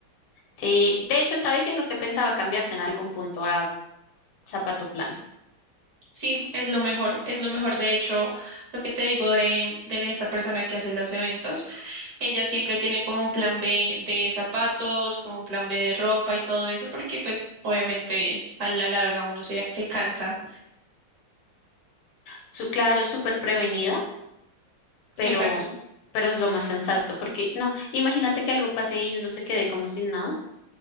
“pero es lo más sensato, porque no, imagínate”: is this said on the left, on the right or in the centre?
Left